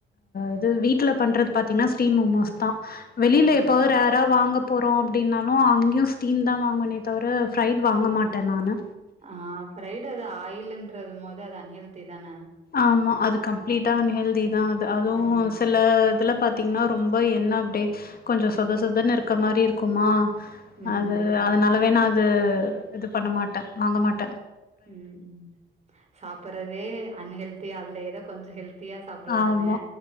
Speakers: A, on the left (about 50°); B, on the right (about 35°).
A: இது வீட்ல பண்றது பாத்தீங்கன்னா ஸ்டீம் மோமோஸ் தா வெளியில
B: ஆ
A: எப்பவாது ரேரா வாங்க போறோ அப்படின்னாலு அங்கேயு ஸ்டீம் தா வாங்குவேனே தவிர ஃரைட் வாங்க மாட்டே நானு
B: ஆ ஃரைட் அது ஆயல்ன்றது மோது அது அன்ஹெல்த்தி ஹெல்த்தி தானா
A: ஆமா அது கம்ப்ளீட்டா அன் ஹெல்தி தா அது அதுவு
B: ம்
A: சில இதுல பாத் பாத்தீங்கன்னா ரொம்ப என்ன அப்டியே கொஞ்சோ சொத சொதன்னு இருக்க மாரி இருக்குமா
B: ம்
A: அது அதனாலவே நா அது இது பண்ண மாட்டே வாங்க மாட்டே
B: ம் சாப்பறதே அன்ஹெல்தி அதுல எத கொஞ்ச ஹெல்த் ஹெல்த்தியா சாப்பிடலானு
A: ஆமா